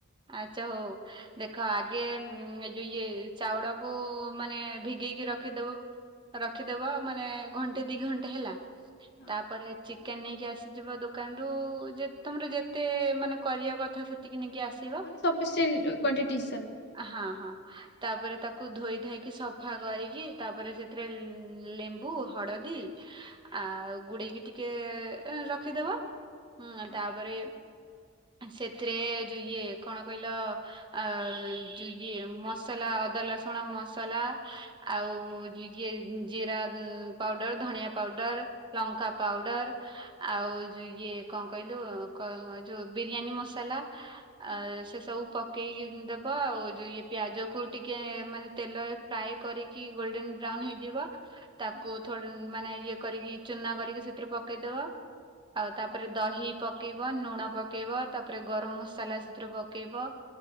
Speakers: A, on the right; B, on the left.
A: ଆଚ୍ଛା ହଉ। ଦେଖ ଆଗେ ଏ ଯେଉଁ ଇଏ ଚାଉଳକୁ ମାନେ ଭିଗେଇକି ରଖିଦେବ ରଖିଦେବ ମାନେ ଘଣ୍ଟେ ଦୁଇ ଘଣ୍ଟେ ହେଲା
B: ହଁ
A: ତାପରେ ଚି ଚିକେନ ନେଇକି ଆସିଯିବ ଦୋକାନରୁ ଯେ ତମର ଯେତେ ମାନେ କରିବା କଥା ସେତିକି ନେଇକି ଆସିବ।
B: ସଫିଶିଏଣ୍ଟ କ୍ୱାଣ୍ଟିଟି ହିସାବରେ।
A: ହଁ ହଁ ତାପରେ ତାକୁ ଧୋଇ ଧୁଆକି ସଫା କରିକି ତାପରେ ସେ ସେଥିରେ ଲେମ୍ବୁ ହଳଦୀ ଆଉ ଗୁଳେଇକି ଟିକେ ରଖିଦେବ। ହୁଁ
B: ହଁ
A: ତାପରେ ସେଥିରେ ଯେଉଁ ଇଏ କଣ କହିଲ ଅଁ ଯଉ ଇଏ ମସଲା ଅଦା ରସୁଣ ମସଲା ଆଉ ଜି ଜିରା ପାଉଡର ଧନିଆ ପାଉଡର ଲଙ୍କା ପାଉଡର ଆଉ ଯୋଉ ଇଏ କଣ କହିଲୁ ଯୋଉ ବିରିୟାନୀ ମସଲା
B: ହଁ
A: ଆଁ ସେ ସବୁ ପ ପକେଇକି ଦେବ ଆଉ ଯୋଉ ଇଏ ପିଆଜକୁ ଟିକେ ମାନେ ତେଲରେ ଫ୍ରାଏ କରି କି ଗୋଲ୍ଡେନ ବ୍ରାଉନ୍ ହୋଇଯିବ। ତାକୁ
B: ହୁଁ
A: ଥିରେ ମାନେ ଇଏ କରିକି ଚୁନା କରିକି ସେଥିରେ ପକେଇଦେବ। ଆଉ ତାପରେ
B: ହଁ
A: ଦହି ପକେଇବ ଲୁଣ ପକେଇବ ତାପରେ ଗରମ ମସଲା ସେଥିରେ ପକେଇବ।